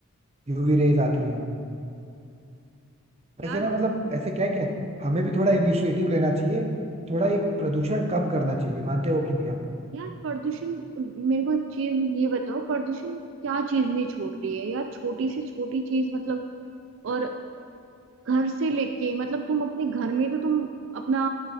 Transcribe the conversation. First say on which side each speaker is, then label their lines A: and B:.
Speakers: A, on the right; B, on the right.
A: यूवी रेज आती हैं
B: यार
A: वैसे ना मतलब ऐसे क्या है कि हमें भी थोड़ा इनिशिएटिव लेना चाहिए थोड़ा ये प्रदूषण कम करना चाहिए मानते हो कि नहीं आप
B: यार प्रदूषण मेरे को एक चीज ये बताओ प्रदूषण क्या चीज नहीं छोड़ रही है यार छोटी से छोटी चीज मतलब और घर से लेके मतलब तुम अपने घर में तो तुम अपना